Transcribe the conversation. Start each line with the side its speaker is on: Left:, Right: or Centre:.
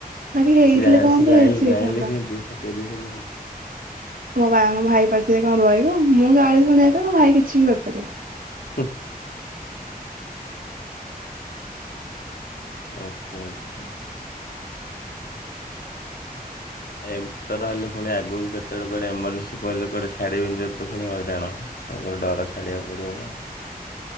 Right: ବାକି ହେଇଥିଲେ
Left: ସେ ଜା
Right: କହନ୍ତି
Left: ସେ ଜାଣିଲେ
Right: ବେଶି
Left: ଜାଣିଲେ
Right: ହେଇଥାନ୍ତା।
Left: କେମିତି ପକେଇ ଦେଇଛନ୍ତି ବୋଲି
Right: ମୋ ବା- ମୋ ଭାଇ ପାଖରେ କଣ ରହିବ। ମୁଁ ଗାଳି ଶୁଣିବା ପାଇଁ ମୋ ଭାଇ କିଛି ବି କରିପାରିବ।
Left: ହୁଁ। ଆଚ୍ଛା, ଆଚ୍ଛା। ହୋ ଏମତି ରହିଲେ ପୁଣି ଆଗକୁ କେତେବେଳେ କୁଆଡେ ଏମର୍ଜେନ୍ସି ପଇଲେ କୁଆଡେ ଛାଡିବେନି ଯଦି ତ ପୁଣି ହଇରାଣ। ତାଙ୍କର ଡର ଛାଡିବାକୁ ପଡିବନା।